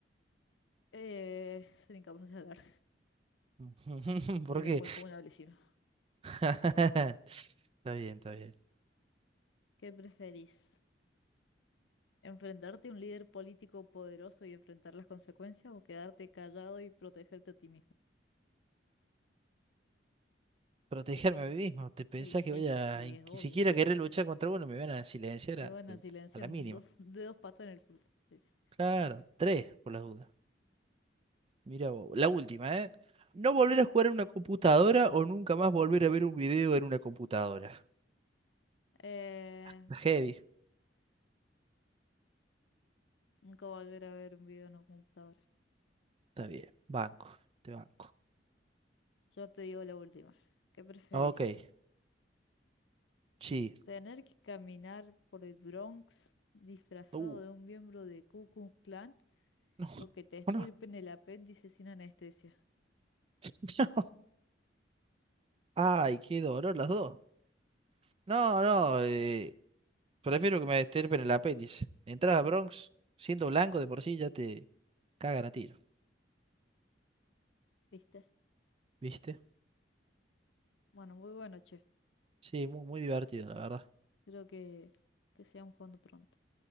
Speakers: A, on the left (about 75°); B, on the right (about 30°).
A: Eh, sería incapaz de hablar.
B: <laughs>
A: Sería
B: ¿Por qué?
A: muy funable si no.
B: <laughs> Está bien, está bien.
A: ¿Qué preferís? ¿Enfrentarte a un líder político poderoso y enfrentar las consecuencias o quedarte callado y protegerte a ti mismo?
B: Protegerme a mí mismo. ¿Te pensás
A: Y sí,
B: que voy a,
A: y
B: y
A: es obvio.
B: siquiera querer luchar contra uno, me van a silenciar
A: Te
B: a,
A: van
B: al-
A: a silenciar
B: a la
A: en
B: mínima?
A: dos, de dos patas en el culo. te silencio.
B: Claro, tres, por las dudas. Mira vos. La última, ¿eh? No volver a jugar en una computadora o nunca más volver a ver un video en una computadora.
A: Eh,
B: Está heavy.
A: nunca volver a ver un video en un computador.
B: Está bien. Banco. Te banco.
A: Yo te digo la última. ¿Qué preferís?
B: Ok. Sí.
A: ¿Tener que caminar por el Bronx disfrazado
B: Uh.
A: de un miembro de Ku Klux Klan
B: <laughs> No,
A: o que te estirpen
B: o no.
A: el apéndice sin anestesia?
B: <laughs> Ay, qué dolor las dos. No, no, eh, prefiero que me estirpen el apéndice. Entrar a Bronx siendo blanco de por sí ya te cagan a tiro,
A: ¿Viste?
B: ¿viste?
A: Bueno, muy bueno, che.
B: Sí, muy, muy divertido, la verdad.
A: Creo que, que sigamos jugando pronto.